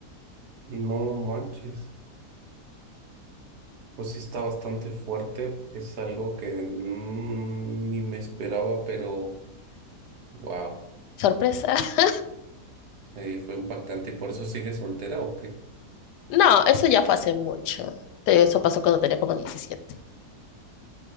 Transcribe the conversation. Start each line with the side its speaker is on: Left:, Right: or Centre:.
Right: no manches, pues sí está bastante fuerte, es algo que mm, ni me esperaba, pero wow,
Left: Sorpresa. <laughs>
Right: sí, fue impactante, ¿y por eso sigue soltera o qué? O
Left: No, eso ya fue hace mucho. Te- Eso pasó cuando tenía como diecisiete